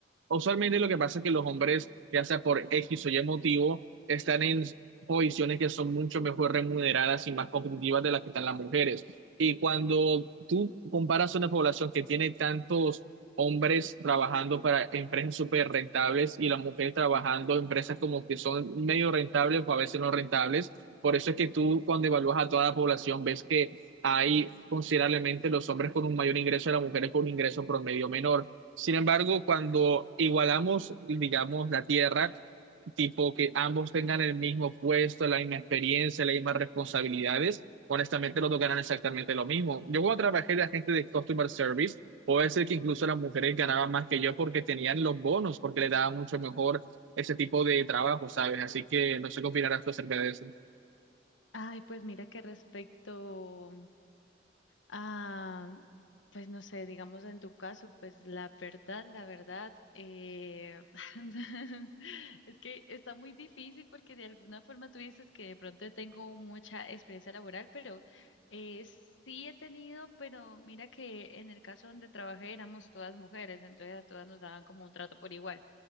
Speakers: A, on the right; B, on the left.
A: Usualmente lo que pasa es que los hombres, ya sea por X o Y motivo, están en posiciones que son mucho mejor remuneradas y más competitivas de las que están las mujeres. Y cuando tú comparas una población que tiene tantos hombres trabajando para empresas súper rentables y las mujeres trabajando en empresas como que son medio rentables o a veces no rentables, por eso es que tú cuando evalúas a toda la población ves que hay considerablemente los hombres con un mayor ingreso y las mujeres con un ingreso promedio menor. Sin embargo, cuando igualamos, digamos, la tierra, tipo que ambos tengan el mismo puesto, la misma experiencia, las mismas responsabilidades, honestamente los dos ganan exactamente lo mismo. Yo cuando trabajé de agente de customer service, puede ser que incluso las mujeres ganaban más que yo porque tenían los bonos, porque les daba mucho mejor ese tipo de trabajo, ¿sabes? Así que no sé qué opinarás tú acerca de eso.
B: Ay, pues mira que respecto a, pues no sé, digamos en tu caso, pues la verdad, la verdad, eh, <laughs> es que está muy difícil porque de alguna forma tú dices que de pronto tengo mucha experiencia laboral, pero eh, sí he tenido, pero mira que en el caso donde trabajé éramos todas mujeres, entonces a todas nos daban como un trato por igual,